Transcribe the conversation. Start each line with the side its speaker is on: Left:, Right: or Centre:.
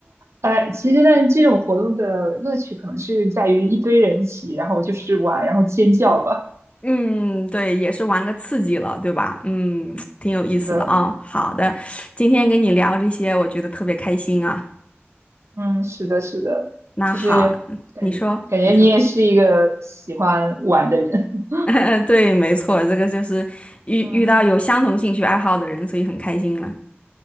Right: 呃，其实呢，这种活动的乐趣可能是在于一堆人一起，然后就是玩，然后尖叫吧。
Left: <laughs> 嗯，对，也是玩个刺激了，对吧？嗯，挺有意思的啊，
Right: 是的。
Left: 好的，今天跟你聊这些，我觉得特别开心啊。
Right: 嗯，是的，是的，
Left: 那好，
Right: 就是感感觉你也是一个喜欢玩的人。
Left: 你说，你说。<laughs> 对，没错，这个就是遇遇到有相同兴趣爱好的人，
Right: 嗯
Left: 所以很开心了。